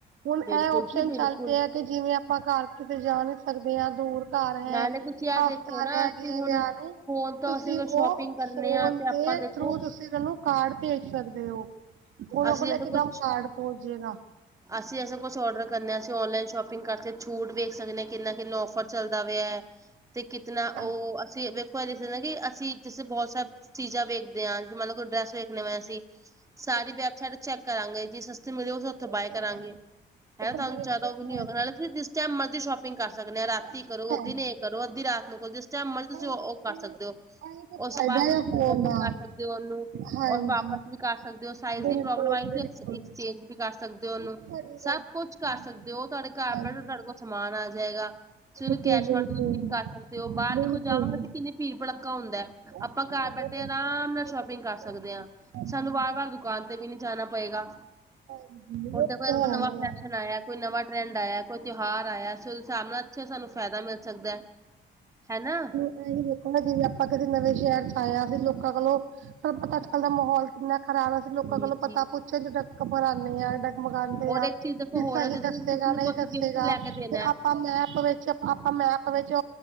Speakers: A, on the right; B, on the right.
A: ਹੁਣ
B: ਬਿਲਕੁਲ
A: ਏ ਓਪਸ਼ਨ
B: ਜੀ ਬਿਲਕੁਲ
A: ਚੱਲ ਪਏ ਆ ਕਿ ਜਿਵੇਂ ਆਪਾਂ ਘਰ ਕਿਤੇ ਜਾ ਨੀ ਸਕਦੇ ਆ ਦੂਰ ਘਰ ਹੈ,
B: ਨਾਲੇ ਤੁਸੀਂ ਇਹ
A: ਹਫ਼ਤਾ
B: ਦੇਖੋ ਨਾ
A: ਰੈ
B: ਅਸੀਂ
A: ਗਿਆ
B: ਹੁਣ
A: ਵਿਆਹ ਨੂੰ
B: ਫੋਨ ਤੋਂ
A: ਤੁਸੀਂ
B: ਅਸੀਂ ਅਗਰ ਸ਼ੋਪਿੰਗ
A: ਓ
B: ਕਰਨੇ
A: ਫੋਨ
B: ਆ ਤੇ ਆਪਾਂ
A: ਦੇ
B: ਦੇਖੋ
A: ਥਰੂ ਤੁਸੀਂ ਓੰਨੂ ਕਾਰਡ ਭੇਜ ਸਕਦੇ ਓ, ਓਨਾਂ
B: ਅਸੀਂ
A: ਕੋਲ
B: ਜੈਸੇ
A: ਇੱਕਦਮ
B: ਕੁਛ
A: ਕਾਰਡ ਪੋਚ ਜੇਗਾ।
B: ਅਸੀਂ ਐਸਾ ਕੁਛ ਔਡਰ ਕਰਨਾ ਅਸੀਂ ਔਨਲਾਈਨ ਸ਼ਾਪਿੰਗ ਕਰਕੇ ਛੂਟ ਵੇਖ ਸਕਦੇ ਕਿੰਨਾ- ਕਿੰਨਾ ਔਫਰ ਚੱਲਦਾ ਪੇਆ ਐ ਤੇ ਕਿਤਨਾ
A: ਹਾਂਜੀ
B: ਓ ਅਸੀਂ ਮਤਲਬ ਇਸ ਤਰਾ ਕੀ ਅਸੀਂ ਜਿਸ ਬੋਤ ਸਾਭ ਚੀਜ਼ਾਂ ਵੇਖਦੇ ਹਾਂ ਜ ਮਤਲਬ ਡਰੈਸ ਵੇਖਣੇ ਪਏ ਅਸੀਂ ਸਾਰੀ
A: ਬਿਲਕੁਲ
B: ਵੈਬਸਾਈਟ ਚੈੱਕ ਕਰਾਂਗੇ ਜੇ ਸਸਤੀ ਮਿਲੀ ਉੱਥੇ
A: ਉਹ
B: ਬਾਏ
A: ਤੇ
B: ਕਰਾਂਗੇ।
A: ਹੈ ਹੀ ਦੇਖੋ
B: ਹੈ ਤੁਆਨੂੰ
A: ਜਿਵੇਂ
B: ਜ਼ਾਦਾ
A: ਕਿ
B: ਉਹ ਵੀ ਨੀ
A: ਹਾਂਜੀ
B: ਹੋਗਾ ਨਾਲੇ ਤੁਸੀਂ ਜਿਸ ਟਾਈਮ ਮਰਜ਼ੀ ਸ਼ੋਪਿੰਗ ਕਰ ਸਕਦੇ ਹਾਂ ਰਾਤੀ
A: ਉਹ
B: ਕਰੋ
A: ਤਾਂ ਹੈ
B: ਦਿਨੇ ਕਰੋ ਅੱਧੀ ਰਾਤ ਨੂੰ ਕਰੋ ਜਿਸ ਟਾਈਮ ਮਰਜ਼ੀ ਤੁਸੀਂ
A: ਇਹੀ
B: ਉਹ
A: ਤੇ
B: ਕਰ ਸਕਦੇ
A: ਇਹੀ
B: ਓ
A: ਤਾਂ
B: ਓਸ
A: ਫਾਇਦਾ
B: ਤੋਂ ਬਾਅਦ ਤੁਸੀਂ
A: ਆ ਫੋਨ
B: ਰਿਟਰਨ
A: ਦਾ
B: ਵੀ ਕਰ ਸਕਦੇ ਓ ਉਹਨੂੰ
A: ਹਾਂਜੀ
B: ਔਰ ਵਾਪਸ ਵੀ ਕਰ ਸਕ ਸਕਦੇ ਹੋ ਸਾਈਜ਼
A: ਬਿਲਕੁਲ
B: ਦੀ ਪ੍ਰੋਬਲਮ ਐਕਸ
A: ਬਿਲਕੁਲ
B: -ਐਕਸਚੇਂਜ ਵੀ ਕਰ ਸਕਦੇ ਓ ਓਨੂੰ
A: ਉਹ ਤਾਂ ਤੁਹਾਡੀ
B: ਸਭ
A: ਗੱਲ ਸਹੀ
B: ਕੁਛ ਕਰ
A: ਹੈਗੀ
B: ਸਕਦੇ ਹੋ ਤੁਹਾਡੇ
A: ਹੈ
B: ਘਰ
A: ਹਾਂਜੀ
B: ਬੈਠ ਤੁਹਾਡੇ ਕੋਲ ਸਮਾਨ ਆ ਜਾਏਗਾ। ਤੁਸੀ ਉਹਨੂੰ
A: ਬਿਲਕੁਲ
B: ਕੈਸ਼
A: ਬਿਲਕੁਲ
B: ਆੱਨ ਡਿਲੀਵਰੀ ਵੀ ਕਰ ਸਕਦੇ ਓ ਬਾਹਰ
A: ਬਿਲਕੁਲ
B: ਦੇਖੋ ਜਾਵਾਂਗੇ ਤੇ ਕਿੰਨੀ ਭੀੜ ਭੜੱਕਾ ਹੁੰਦਾ।
A: ਉਹ
B: ਆਪਾਂ
A: ਤਾਂ
B: ਘਰ
A: ਹੈਗਾ
B: ਬੈਠੇ
A: ਦੇਖੋ
B: ਆਰਾਮ
A: ਉਹ
B: ਨਾਲ
A: ਤਾਂ
B: ਸ਼ੋਪ ਪਿੰਗ ਕਰ
A: ਬੜਾ
B: ਸਕਦੇ ਆ
A: ਹੋ ਜਾਂਦਾ
B: ਸਾਨੂੰ
A: ਹੈ
B: ਵਾਰ
A: ਬਿਲਕੁਲ
B: ਵਾਰ ਦੁਕਾਨ ਤੇ ਵੀ ਨੀ ਜਾਣਾ ਪਏਗਾ।
A: ਹਾਂਜੀ ਉਹ
B: ਹੋਰ ਦੇਖੋ ਏਦਾ ਤਾਂ ਨਵਾਂ
A: ਹੈਗਾ
B: ਫੈਸ਼ਨ ਆਇਆ। ਕੋਈ ਨਵਾਂ ਟਰੈਂਡ ਆਇਆ ਕੋਈ ਤਿਉਹਾਰ ਆਇਆ ਉਸ ਹਿਸਾਬ ਨਾਲ ਅੱਛਾ ਸਾਨੂੰ ਫੈਦਾ ਮਿਲ ਸਕਦਾ। ਹੈ ਨਾ?
A: ਏਵੀ ਦੇਖੋ ਨਾ ਜਿਵੇਂ ਆਪਾਂ ਕਦੀ ਨਵੇਂ ਸ਼ੈਰ ਚ ਆਏ ਆ ਫਿਰ ਲੋਕਾਂ ਕੋਲੋਂ ਸਭ ਪਤਾ ਚਲਦਾ ਮਾਹੌਲ ਕਿੰਨਾ ਖਰਾਬ ਅਸੀ ਲੋਕਾਂ
B: ਜੀ
A: ਕੋਲੋਂ
B: ਜੀ
A: ਪਤਾ ਪੁੱਛਣ ਚ ਡ ਘਬਰਾਣੇ ਆ ਡਰ ਮੰਗਾਦੇ
B: ਹੋਰ
A: ਆ
B: ਇੱਕ ਚੀਜ਼ ਦੇਖੋ
A: ਵੀ ਸਹੀ
B: ਹੋਰ ਤੁਸੀਂ
A: ਦੱਸੇਗਾ
B: ਕਿਸੇ ਨੂੰ
A: ਨਹੀਂ
B: ਕੁਛ
A: ਦੱਸੇਗਾ
B: ਗਿਫਟ ਲੈ ਕੇ ਦੇਣਾ।
A: ਤੇ ਆਪਾਂ ਮੈਪ ਵਿੱਚ ਚ ਆਪਾਂ ਮੈਪ ਵਿੱਚੋ